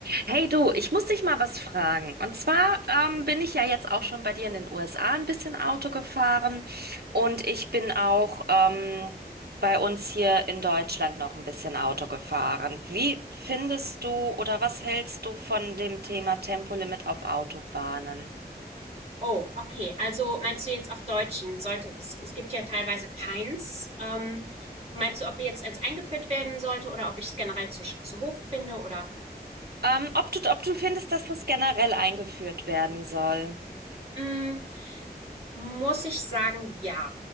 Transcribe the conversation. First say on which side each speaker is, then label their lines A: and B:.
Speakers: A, on the right; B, on the right.
A: Hey du, ich muss dich mal was fragen. Und zwar ähm, bin ich ja jetzt auch schon bei dir in den USA ein bisschen Auto gefahren und ich bin auch ähm, bei uns hier in Deutschland noch ein bisschen Auto gefahren. Wie findest du oder was hältst du von dem Thema Tempolimit auf Autobahnen?
B: Oh, okay. Also meinst du jetzt auf Deutschen? Sollte es, es gibt ja teilweise keins. Ähm, meinst du, ob jetzt eins eingeführt werden sollte oder ob ich es generell zu, sch- zu hoch finde? Oder
A: Ähm, ob du, ob du findest, dass das generell eingeführt werden soll?
B: mm, muss ich sagen, ja.